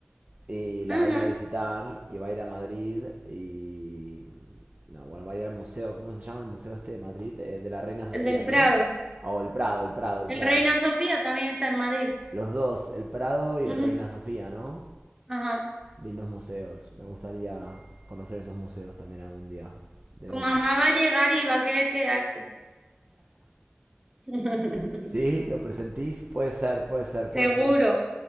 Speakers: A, on the right; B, on the right.
A: y la
B: Ajá,
A: va a ir a visitar y va a ir a Madrid y... No, bueno, va a ir al museo, ¿cómo se llama el museo este de Madrid? Eh, de la Reina Sofía,
B: el del
A: ¿no?
B: Prado.
A: Ah, O el Prado, el Prado, el
B: El
A: Prado.
B: Reina Sofía también está en Madrid.
A: Los dos, el Prado y el
B: Ujú,
A: Reina Sofía, ¿no?
B: Ajá.
A: Lindos museos. Me gustaría conocer esos museos también algún día. Deben.
B: Tu mamá va a llegar y va a querer quedarse. <laughs>
A: Sí, lo presentís. Puede ser, puede ser,
B: Seguro.
A: puede ser.